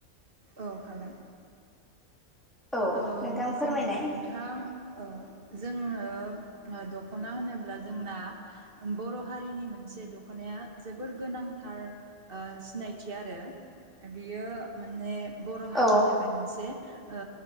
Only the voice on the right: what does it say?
औ हागोन।
ओं
जों नोंथां। औ जोङो दख'ना होनोब्ला जोंना बर' हारिनि मोनसे दख'नाया जोबोर गोनांथार ओ सिनायथि आरो बियो माने बर' हारिनि
थाखाय मोनसे ओ